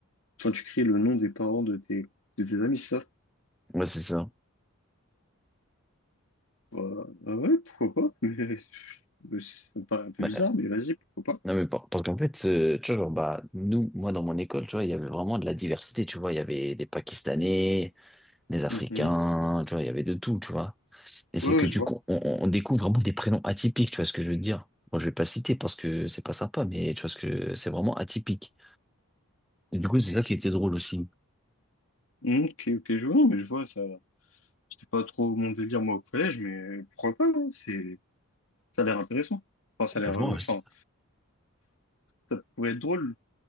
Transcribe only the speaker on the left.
enfin, tu crées le nom des parents de tes, de tes amis, c'est ça?
Bah, ah ouais, pourquoi pas? <laughs> Mais, ça me paraît un peu
bizarre, mais vas-y, pourquoi pas?
Mhm.
Ouais,
ouais,
je vois.
Mm, Ok, ok, je vois, non, mais je vois, ça, c'était pas trop mon délire, moi, au collège, mais pourquoi pas, hein, c'est, ça a l'air intéressant. Enfin, ça a
l'air, euh,
enfin,
ça pourrait être drôle,